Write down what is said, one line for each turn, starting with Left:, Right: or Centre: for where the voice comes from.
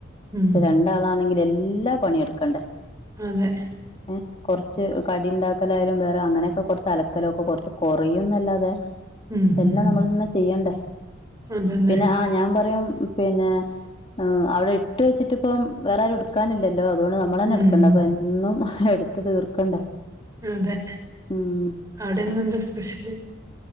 Right: ഉം
Left: ക്ഷെ രണ്ടാളാണെങ്കിൽ എല് ല്ലാ പണിയെട്ക്കണ്ടേ
Right: അതെ
Left: എ കൊറച്ച് കടിണ്ടാ ക്കലായാലും വേറെ അങ്ങനെയൊക്കെ കൊറച്ച് അലക്കലൊക്കെ കൊറച്ച് കൊറയുംന്നല്ലാതെ
Right: ഉം ഉം
Left: എല്ലാം
Right: ഉം
Left: നമ്മൾ തന്നെ ചെയ്യണ്ടേ
Right: അതന്നെ
Left: പിന്നെ ആ ഞാൻ പറയും പിന്നെ ഹ് അവിടെ ഇട്ട് വെച്ചിട്ടിപ്പം വേറാരും ഇട്ക്കാനില്ല ല്ലോ അതുകൊണ്ട് നമ്മളന്നെ
Right: ഉം
Left: എടുക്കണ്ടെ അപ്പെന്നും എടുത്ത തീർക്കണ്ടേ
Right: അതെ
Left: ഉം
Right: അവിടെന്നന്താ സ്പെഷ്യല്